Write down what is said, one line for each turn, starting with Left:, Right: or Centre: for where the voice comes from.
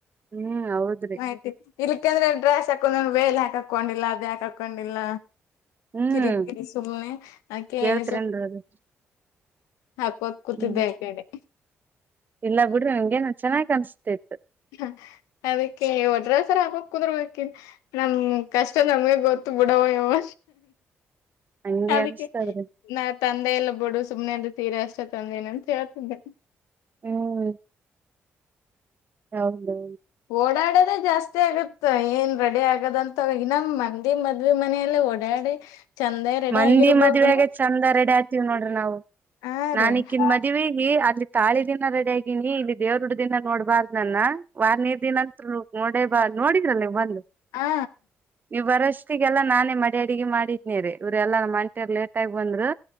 Right: ಹ್ಮ್ ಹೌದ್ರಿ
Left: ಆಯ್ತು ಇ ಯಾಕಂದ್ರೆ ಡ್ರೈಸ್ ಸಾಕೊಂಡಂದ್ರ ವೇಲ್ ಹಾಕಕ್ಕ್ಕೊಂಡಿಲ್ಲ ಅದ ಯಾಕ್ ಹಾಕಕ್ಕೊಂಡಿಲ್ಲ
Right: ಹ್ಮ್
Left: ಕಿರಿ ಕಿರಿ ಸುಮನೆ ಅಕೆ
Right: ಕೇಳ್ತರೇನ್ರಿ
Left: <inaudible>
Right: ಅದು
Left: ಹಾಕ್ೋ ಕೂತಿದ್ದೆ
Right: ಹ್ಮ್
Left: ಯ ಕಡೆ
Right: ಇಲ್ಲ ಬಿಡ್ರಿ ನನ್್ಗೆೇನ ಚೆನ್ನಾಗ್ ಕಾಣಿಸ್ತಾ ಇತ್ತು
Left: ಹ ಅದಕ್ಕೆ ಒಟ್ರಸರ ಹಾಕಕ್ ಕುದುರ್ಬೇಕಕನ್ ನಮ ಕಷ್ಟ ನಮ್ಗೆ ಗೊತ್ತು ಬಿಡವ ಯವ
Right: ಹಂಗೆ
Left: ಅದಕ್ಕೆ
Right: ಅನ್ಸ್ತದ್ರಿ
Left: ನಾ ತಂದೆ ಎಲ್ಲ ಬಿಡು ಸುಮ್ನೆ ಅದು ತೀರ ಅಷ್ಟೇ ತಂದಏನ ಅಂತ ಹೇಳ್ತಿದ್ದೆ
Right: ಹ್ಮ್ ಹೌದೌದು
Left: ಓಡಾಡ ಜಾಸ್ತಿ ಆಗುತ್ತ ಏನ್ ರೆಡಿ ಆಗದಂತಗ ನಮ್ಮ್ ಮಂದಿ ಮದ್ವಿ ಮನೆಯಲ್ಲ ಓಡಾಡಿ ಚಂದೇ ರೆಡಿ
Right: ಮಂದಿ
Left: ಆಗಿರ್ಬೋದು
Right: ಮದ್ವೇಗ ಚಂದ ರೆಡಿ ಆತೀವ್ ನೋಡ್ರಿ ನಾವು
Left: ಆ
Right: ನಾನ್
Left: ರೀ
Right: ಈಕ್ಕಿಂದ್
Left: ಹ
Right: ಮದ್ವಿಗಿ ಅಲ್ಲಿ ತಾಳಿ ದಿನ ರೆಡಿ ಆಗಿನಿ ಇಲ್ಲಿ ದೇವ್ರರುಟ ದಿನ ನೋಡ್ಬಾರ್ದ ನನ್ನ ವಾರ್ನೇ ದಿನಂತ ನೋಡೇ ಬಾ ನೋಡಿದ್ರಲ್ಲ ನೀವ್ ಬಂದು
Left: ಆ
Right: ನೀವ್ ಬರಷ್ ಮತ್ತಿಗೆಲ್ಲ ನಾನೇ ಮಡ ಅಡಗೆ ಮಾಡಿದ್ನೇರಿ ಇವ್ರ ಎಲ್ಲ ಎಲ್ಲಾ ನಮ್ಮ ಆಂಟೆರು ಲೇಟ್ ಆಗಿ ಬಂದ್ರು.